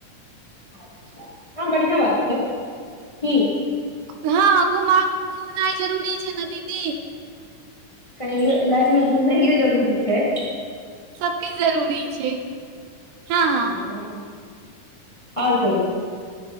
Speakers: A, on the left; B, on the right.
A: अच्छा हँ बढ़िआँ बात छै की
B: हँ हँ घुम घुमनाइ जरूरी छै ने दीदी।
A: कनि लाइफ मे घुमनायो जरूरी छै।
B: सबके जरूरी छै हँ हँ।
A: और कहिओ